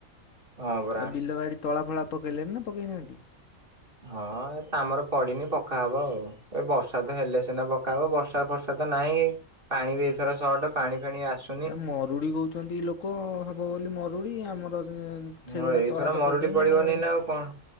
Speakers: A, on the right; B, on the left.
A: ହଁ ପରା।
B: ଆଉ ବିଲ ବାଡି ତଳା ଫଳା ପକେଇଲେନି ନା ପକେଇନାହାନ୍ତି।
A: ହଁ ଆମର ପଡିନି ପକାହବ ଆଉ। ଏ ବର୍ଷା ତ ହେଲେ ସିନା ପକା ହବ। ବର୍ଷା ଫର୍ଷା ତ ନାହିଁ। ପାଣି ବି ଏଇଥର ସଟ୍। ପାଣି ଫାଣି ଆସୁ
B: ଏ ମରୁଡି କହୁଛନ୍ତି ଲୋକ ହବ ବୋଲି ମରୁଡ଼ି। ଆମର ସେଇଭଳିଆ
A: ହଁ ଏଇଥର
B: ତଳା ତ
A: ମରୁଡି
B: ପକେଇନୁ
A: ପଡିବନି
B: ଆଉ।
A: ନା କଣ?